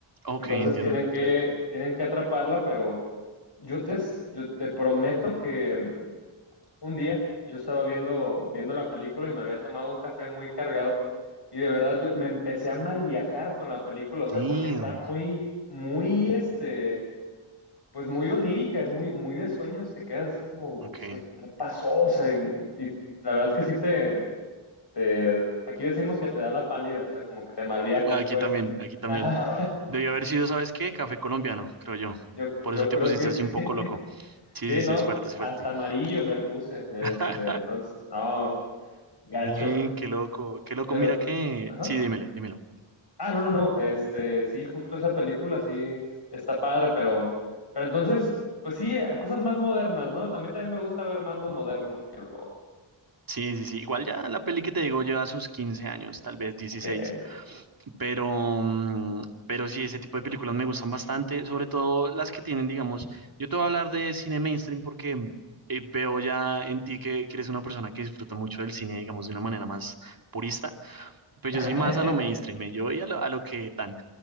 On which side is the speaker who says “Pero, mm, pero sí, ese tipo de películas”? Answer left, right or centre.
Right